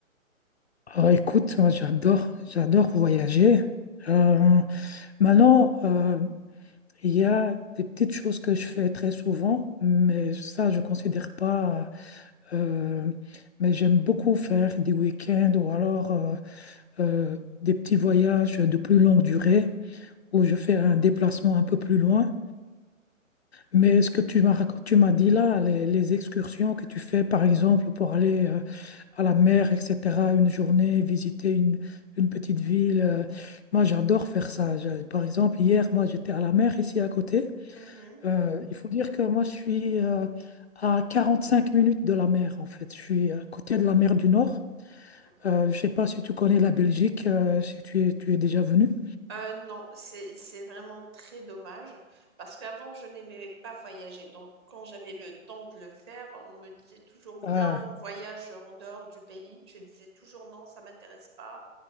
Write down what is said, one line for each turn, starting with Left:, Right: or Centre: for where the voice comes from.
Left: Ah, écoute, moi j'adore, j'adore voyager. Euh, maintenant, euh, il y a des petites choses que je fais très souvent, mais ça je considère pas. euh, mais j'aime beaucoup faire des week-ends ou alors euh, euh, des petits voyages de plus longue durée où je fais un déplacement un peu plus loin. Mais ce que tu m'as racont- tu m'as dit là, les, les excursions que tu fais, par exemple, pour aller euh, à la mer, etc., une journée, visiter une, une petite ville, euh, moi j'adore faire ça. Je- par exemple, hier, moi j'étais à la mer ici à côté.
Right: Mhm.
Left: Euh, il faut dire que moi je suis euh, à cinq minutes de la mer, en fait. Je suis à côté de la mer du Nord.
Right: Mhm.
Left: Euh, je ne sais pas si tu connais la Belgique, euh, si tu es, tu es déjà venu.
Right: Euh, non, c'est c'est vraiment très dommage parce qu'avant je n'aimais pas voyager. Donc quand j'avais le temps de le faire, on me disait toujours viens,
Left: Ah,
Right: on voyage en dehors du pays. Je disais toujours non, ça m'intéresse pas.